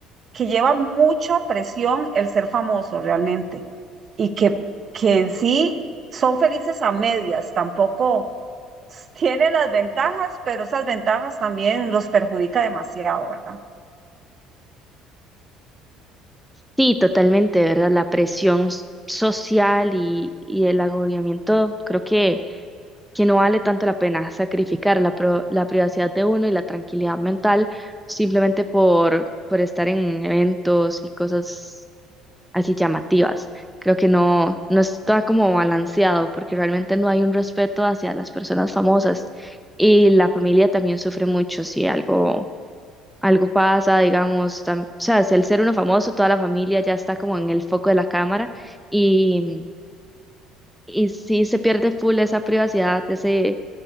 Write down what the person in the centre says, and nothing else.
Sí, totalmente, ¿verdad? La presión s- social y, y el agobiamiento, creo que que no vale tanto la pena sacrificar la, pro- la privacidad de uno y la tranquilidad mental simplemente por, por estar en eventos y cosas así llamativas. Creo que no, no está como balanceado porque realmente no hay un respeto hacia las personas famosas y la familia también sufre mucho si algo, algo pasa, digamos, tam- o sea, si al ser uno famoso, toda la familia ya está como en el foco de la cámara y y sí se pierde full esa privacidad, ese,